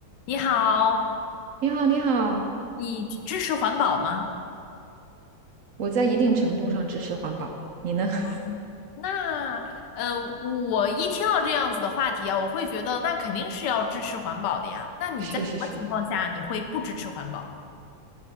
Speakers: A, on the left; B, on the right.
A: 你好，
B: 你好，你好，
A: 你支持环保吗？
B: 我在一定程度上支持环保，你呢？<laughs>
A: 嗯那呃，我一听到这样子的话题啊，我会觉得那肯定是要支持环保的呀。那你在什么情况下你会不支持环保？
B: 是是是，